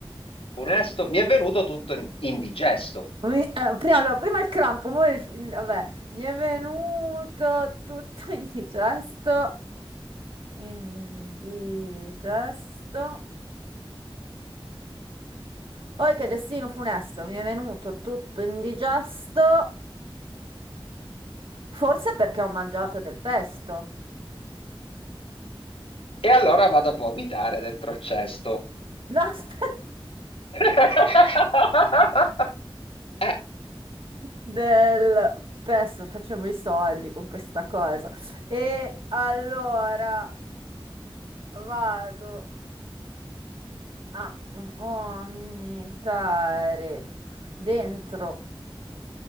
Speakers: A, on the left; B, on the right.
A: funesto, mi è venuto tutto in- indigesto.
B: mi- eh, prima, allora, prima il crampo, mo il- il- vabbè, mi è venuto tutto <laughs> indigesto, indigesto. Poi che destino funesto, mi è venuto tutto indigesto, forse perché ho mangiato del pesto.
A: E allora vado a vomitare dentro il cesto.
B: No, aspetta.
A: <laughs> Eh,
B: Del pesto, facciamo i soldi con questa cosa. E allora vado. a vomitare dentro